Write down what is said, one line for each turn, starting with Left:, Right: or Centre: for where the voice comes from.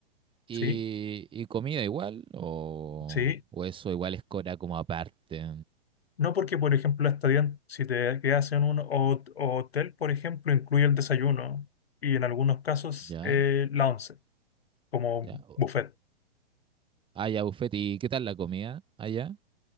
Right: y,
Left: Sí,
Right: y comida igual, o,
Left: sí.
Right: o eso igual es cora como aparte,
Left: No porque, por ejemplo, hasta bien, si te quedas en un ho- o- hotel, por ejemplo, incluye el desayuno y en algunos casos
Right: ¿ya?
Left: eh, la once, como
Right: Ya. o-
Left: buffet.
Right: Ah, ya, buffet, ¿y qué tal la comida allá?